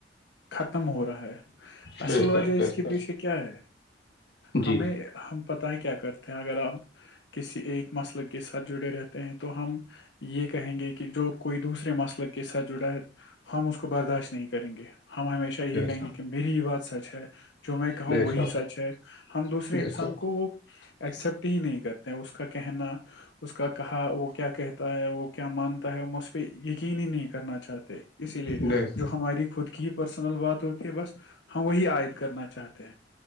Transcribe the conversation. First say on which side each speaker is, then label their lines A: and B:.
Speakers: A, on the left; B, on the left.
A: ختم ہو رہا ہے اصل
B: بے شک
A: وجہ اس
B: بے
A: کے
B: شک
A: پیچھے کیا ہے
B: جی
A: ہمیں ہم پت ہی کیا کرتے ہیں اگر ہم کسی ایک مسئل کے ساتھ جڑے رہتے ہیں تو ہم یہ کہیں گے کہ کہ جو کوئی دوسرے مسئلے کے ساتھ جڑا ہے ہم اس کو برداشت نہیں کریں گے ہم ہمیشہ
B: بے
A: ہی کہیں
B: شک
A: گے کہ میری یہ بات سچ ہے جو میں کہاوں
B: بے
A: وہی
B: شک
A: سچ ہے ہم دوسرے
B: بے
A: انسان
B: شک
A: کو ایکسپٹ ہی نہیں کرتے اس کا کہنا اس کہ تھا وہ کیا کہتا ہے وہ کیا مانتا ہے اسجھ پہ یقینی نہیں کرنا چاہتے اسی لیے
B: بے شک
A: جو ہماری خود کی پرسنل بات ہوتی ہے بس ہم وہی عائد کرنا چاہتے